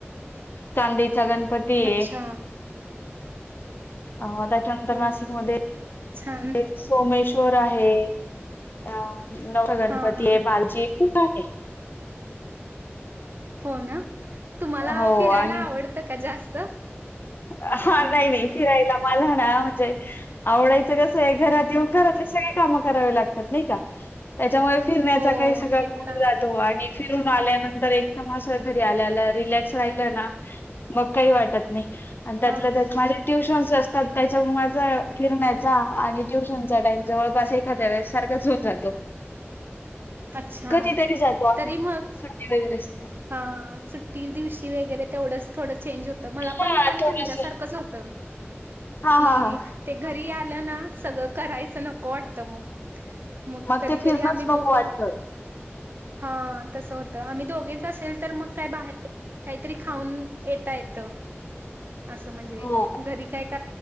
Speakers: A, on the left (about 50°); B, on the right (about 50°).
A: चांदीचा गणपती हाय.
B: अच्छा
A: अ त्याच्यानंतर
B: हो.
A: नाशिकमध्ये
B: छान
A: <unintelligible> सोमेश्वर आहे. अ <unintelligible> गणपती
B: हा हा
A: आहे <unintelligible> खूप आहे
B: हो ना, तुम्हाला
A: हो
B: फिरायला
A: आणि
B: आवडत का? जास्त.
A: हा
B: हम्म
A: नाही, नाही फिरायला मला ना, म्हणजे आवडायचं कस हाय घरात
B: हम्म.
A: येऊन घरातले सग काम करावी लागतात नाइ का? त्याच्यामुळे फिरण्याचा
B: हो
A: काही सगळा
B: ते
A: मूड
B: पण आहे.
A: जातो, आणि फिरून आल्यानंतर एकदम अस घरी आल्या- आल्या रिलॅक्स राहिलं ना, मग काही वाटत नाही. आणि त्यातल्या
B: हा
A: त्यात माझे ट्युशन्स असतात. त्याच्या त माझा फिरण्याचा आणि ट्युशनचा टाइम जवळपास एखाद्या वेळेस सारखाच होऊन जातो.
B: अच्छा.
A: कधीतरी जातो आम्ही,
B: तरी मग
A: सुट्टी वगैरे अस
B: हा, आ सुट्टी दिवशी वेगेरे तेवढंच थोडंच चेंज होत मला
A: हा
B: पण. पण
A: थोडस
B: तुमच्या सारकच होत
A: हा,
B: की
A: हा, हा
B: ते घरी आ आले ना सगळं करायचं, नको वाटतं मग. मग कधी
A: ते फिरणंच
B: कधी आम्ही
A: नको
B: दोक
A: वाटतं.
B: हा तसं होतं. आम्ही दोगीच तसेल तर मग काय बाहेर काइतरी खाऊन येता येत असं म्हणजे
A: हो.
B: घरी काय <inaudible>